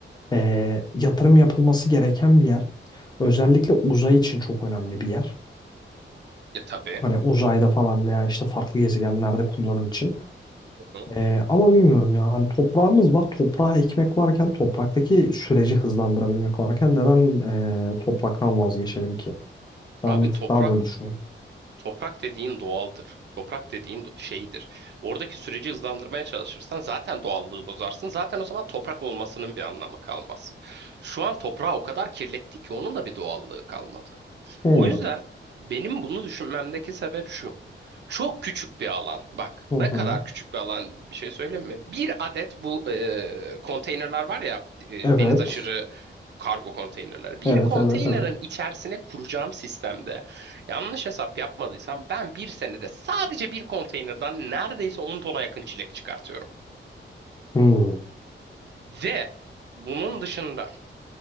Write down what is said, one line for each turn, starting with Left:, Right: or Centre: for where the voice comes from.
Left: eee, yatırım yapılması gereken bir yer. Özellikle uzay için çok önemli bir yer.
Right: Ya tabii.
Left: Hani uzayda falan veya işte farklı gezegenlerde kullanım için.
Right: Hı. hı.
Left: Eee, ama bilmiyorum ya hani toprağımız var. Toprağa ekmek varken topraktaki süreci hızlandırabilmek varken neden eee, topraktan vazgeçelim ki? Ben
Right: Abi
Left: bir
Right: toprak
Left: tık daha böyle düşünüyorum.
Right: toprak dediğin doğaldır. Toprak dediğin do- şeydir. Oradaki süreci hızlandırmaya çalışırsan zaten doğallığı bozarsın. Zaten o zaman toprak olmasının bir anlamı kalmaz. Şu an toprağı o kadar kirlettik ki onun da bir doğallığı kalmadı.
Left: Hmm.
Right: O yüzden benim bunu düşünmemdeki sebep şu. Çok küçük bir alan. Bak
Left: Hı hı.
Right: ne kadar küçük bir alan bir şey söyleyeyim mi? Bir adet bu e, konteynerler var ya e,
Left: Evet.
Right: deniz aşırı kargo konteynerler. Bir
Left: Evet,
Right: konteynerin
Left: evet, evet.
Right: içerisine kuracağım sistemde yanlış hesap yapmadıysam ben bir senede sadece bir konteynerden neredeyse 10 tona yakın çilek çıkartıyorum.
Left: Hmm,
Right: Ve bunun dışında